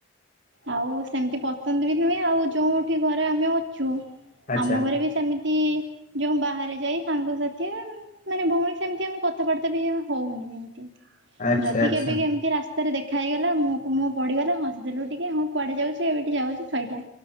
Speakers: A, on the right (about 65°); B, on the left (about 45°).
A: ଆଉ ସେମିତି ପସନ୍ଦ ବି ନୁହେଁ ଆଉ ଯୋଉଁଠି ଘରେ ଆମେ ଅଛୁ,
B: ଆଚ୍ଛା।
A: ଆମ ଘରେ ବି ସେମି ତି ଯୋଉଁ ବାହାରେ ଯାଇ ସାଙ୍ଗସାଥି ଆଉ ମାନେ ଭଉଣୀ ସେମତି ଆମେ କଥାବାର୍ତ୍ତା ବି ଆମେ ହଉନି ଏମ ତି।
B: ଆଚ୍ଛା
A: ଯଦି
B: ଆଚ୍ଛା
A: କେବେ କେମତି ରାସ୍ତାରେ ଦେଖା ହେଇଗଲା ମୁହଁକୁ ମୁହଁ ପଡିଗଲା ହସିଦେଲୁ ଟିକେ ହଁ କୁଆଡେ ଯାଉଛି ଏବେଠି ଯାଉଛି ସଇଲା।